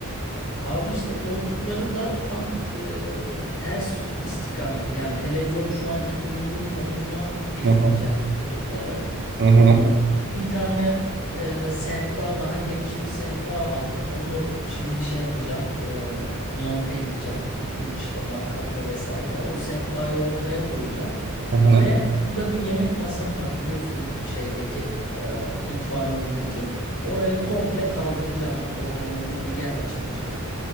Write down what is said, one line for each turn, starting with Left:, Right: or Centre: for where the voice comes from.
Left: Abi işte koltukları da tam e, ters istikamette. Yani televizyonun şu anki bulunduğu konuma getireceğim
Right: Hı hı,
Left: koltukları.
Right: hı hı,
Left: Ondan sonra bir tane e, sehpa daha geniş bir sehpa aldım. Onu şimdi şey yapacağım e, monte edeceğim. Bütün işte matkapla vesaire. O sehpayı ortaya koyacağım.
Right: hı hı.
Left: Ve burada bir yemek masam var biliyorsun şeydeki e, mutfağın önündeki. Orayı komple kaldıracağım abi. Oraya böyle bir yer açılacak.